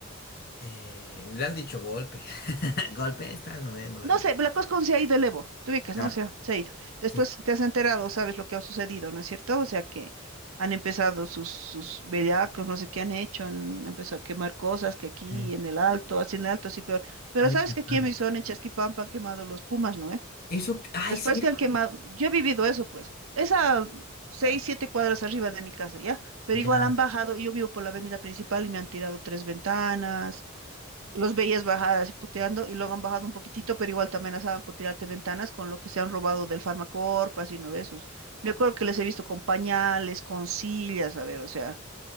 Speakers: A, on the left; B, on the right.
A: Eh, le han dicho golpe. <laughs> Golpe, esta no ve, nos
B: No
A: han dicho.
B: sé, la cosa cuando se ha ido el Evo, tú ubicas,
A: Ya,
B: ¿no? O sea, se ha ido. Después
A: sí,
B: te has enterado, sabes lo que ha sucedido, ¿no es cierto? O sea, que han empezado sus, sus bellacos, no sé qué han hecho, han empezado a quemar cosas, que aquí
A: sí.
B: en el Alto, así en el Alto, así peor. Pero
A: Ah, bien,
B: sabes que aquí
A: padre.
B: en mi zona, en Chasquipampa, han quemado los pumas, ¿no? eh?
A: Eso, ay,
B: Después
A: cierto.
B: que han quemado, yo he vivido eso, pues, esa seis,
A: Tal,
B: siete cuadras arriba de mi casa, ¿ya? Pero
A: Ya.
B: igual han bajado, y yo vivo por la avenida principal y me han tirado tres ventanas, los veías bajar así puteando y luego han bajado un poquitito, pero igual te amenazaban con tirarte ventanas con lo que se han robado del Farmacorp, así no de esos. Me acuerdo que les he visto con pañales, con sillas, a ver, o sea,